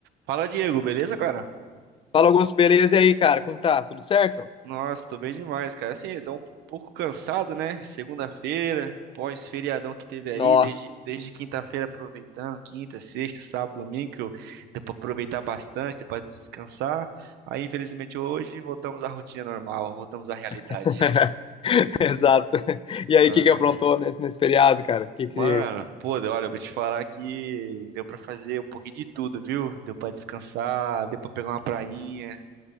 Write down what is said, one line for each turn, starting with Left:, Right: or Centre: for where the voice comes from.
Right: Fala, Diego, beleza, cara?
Left: Fala, Augusto, beleza? E aí, cara, como tá? Tudo certo?
Right: Nossa, tô bem demais, cara. Assim, tô um pouco cansado, né? Segunda-feira, pós-feriadão que teve aí,
Left: Nossa,
Right: desde, desde quinta-feira aproveitando, quinta, sexta, sábado, domingo, que eu- deu pra aproveitar bastante, deu pra descansar. Aí, infelizmente, hoje voltamos à rotina normal, voltamos à realidade.
Left: <laughs>
Right: <laughs>
Left: exato. E aí,
Right: Ah,
Left: o que que
Right: é.
Left: aprontou nesse, nesse feriado, cara? Que
Right: Mano,
Left: que...
Right: pô, olha, eu vou te falar que deu pra fazer um pouquinho de tudo, viu? Deu pra descansar, deu pra pegar uma prainha.